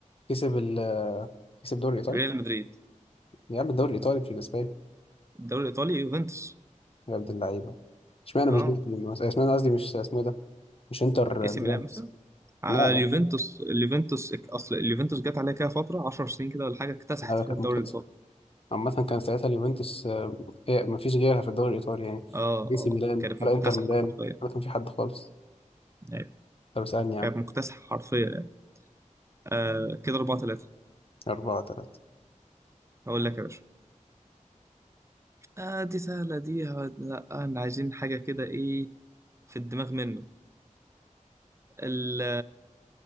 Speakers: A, on the left; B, on the right.
A: كسب ال آه، كسب الدوري الايطالي
B: ريال مدريد
A: يا عم الدوري الايطالي مش الاسباني
B: الدوري الايطالي يوفنتوس
A: يا عبد اللعيبة اشمعنى
B: اه
A: مش دورتموند مثلا اشمعنى قصدي مش اسمه إيه ده مش انتر
B: اي سي
A: ميلان
B: ميلان مثلا
A: بس.
B: آه،
A: لا
B: اليوفنتوس اليوفنتوس اصل اليوفنتوس جت عليها كده فتره 10 سنين كده ولا حاجه اكتسحت
A: آه،
B: فيها
A: كانت
B: الدوري
A: مكتسحة
B: الايطالي
A: عامة كان ساعتها اليوفنتوس آه، هي مفيش غيرها في الدوري الايطالي يعني
B: اه
A: اي
B: اه
A: سي ميلان
B: كانت
A: ولا
B: مكتسحه
A: انتر ميلان
B: حرفيا
A: ولا كان في حد خالص
B: أيوة.
A: طب اسألني يا
B: كانت
A: عم
B: مكتسحه حرفيا يعني آه كده 4 3
A: أربعة تلاتة
B: هقول لك يا باشا آه دي سهلة دي هو- لا احنا عايزين حاجة كده ايه في الدماغ منه ال-